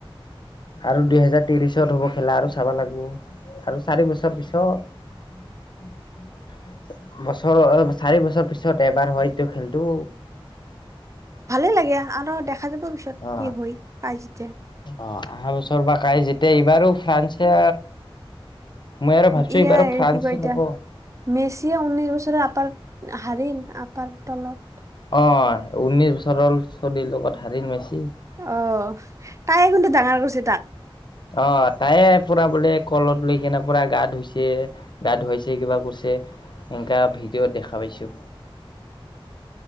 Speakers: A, on the left (about 55°); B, on the right (about 30°).
A: আৰু দুহেজাৰ ত্ৰিশত হ'ব খেলা, আৰু চাব লাগিব আৰু চাৰি বছৰ পিছত। <unintelligible> বছৰৰ চাৰি বছৰ পিছত এবাৰ হয়টো খেলতো
B: ভালে লাগে আনৰ দেখা যাব পিছত কি
A: অ'।
B: হয় কাই জিটে।
A: অ', আহা বছৰ বা কাই জিটে, এইবাৰো ফ্ৰান্সে মই আৰু ভাবছো
B: ইআই
A: এইবাৰো ফ্ৰান্স
B: কি কয় এটিয়া
A: ল'ব
B: মেচিয়ে ঊনৈশ বছৰে আপাৰ হাৰিল আপাৰ তলত
A: অ', ঊনিশ বছৰৰ চলিৰ লগত হাৰিল মেচি।
B: অ', তাইয়ে কিন্তু ডাঙৰ কৰছি তাক।
A: অ'। তায়ে পুৰা বোলে কলত লৈ কিনে পুৰা গা ধুইছে, গা ধুৱাইছে কিবা কৰিছে। এনেকা ভিডিঅ' দেখা পাইছোঁ।